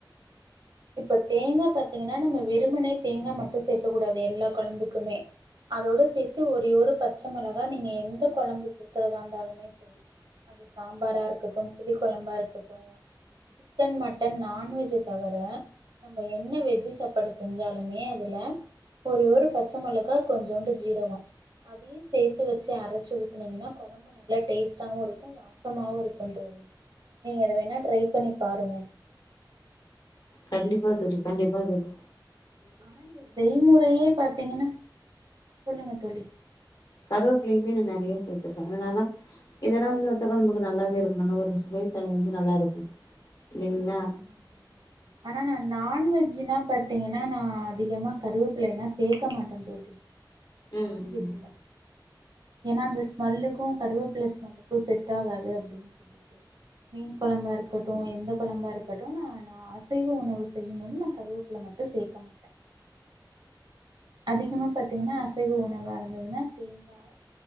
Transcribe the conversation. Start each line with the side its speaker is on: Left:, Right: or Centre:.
Right: இப்ப தேங்காய் பாத்தீங்கன்னா நம்ம வெறுமனே தேங்கா மட்டும் சேர்க்க கூடாது எல்லா குழம்புக்குமே அதோட சேர்த்து ஒரே ஒரு பச்சை மிளகா நீங்க எந்த குழம்புக்கு ஊத்துறதா இருந்தாலுமே சரி அது சாம்பாரா இருக்கட்டும் புளி குழம்பா இருக்கட்டும் சிக்கன் மட்டன் நான்வெஜ்ஜை தவிர நம்ம என்ன வெஜ் சாப்பாடு செஞ்சாலுமே அதுலா ஒரே ஒரு பச்சை மிளகா கொஞ்சுண்டு ஜீரகம் அதையும் சேர்த்து வச்சு அரைச்சி ஊத்தீனீங்கன்னா குழம்பு நல்ல டேஸ்ட்டாவும் இருக்கும் வாசமாவும் இருக்கும் தோழி நீங்க அத வேணுணா ட்ரை பண்ணி பாருங்க
Left: கண்டிப்பா சொல்லு கண்டிப்பா சொல்லு
Right: ஆனா இந்த செய்முறையே பாத்தீங்கன்னா சொல்லுங்க தோழி
Left: கருவேப்பிள்ளையுமே நான் நிறைய சேர்த்துப்பே அதனால இதெல்லாம் வந்து வத்த குழம்புக்கு நல்லாவே இருக்கணும்னா ஒரு சுவை வந்து நல்லா இருக்கும் இல்லங்களா
Right: ஆமா ஆனா ந நான்வெஜ்னா பாத் பாதீங்கன்னா நா அதிகமா கருவேப்பில எல்லா சேர்க்க மாட்டேன் தோழி
Left: ம்
Right: நான்வெஜில
Left: ம்
Right: ஏனா அந்த ஸ்மெல்லுக்கும் கருவேப்பிலை ஸ்மெல்லுக்கும் செட் ஆகாது அப்படின்னு சொலிட்டு மீன் குழம்பா இருக்கட்டும் எந்த குழம்பா இருக்கட்டும் நான் நான் அசைவ உணவு செய்யு போது நா கருவேப்பில மட்டும் சேர்க்க மாட்டேன் அதிகமா பாத்தீங்கன்னா அசைவ உணவா இருந்ததுன்னா தேங்காய்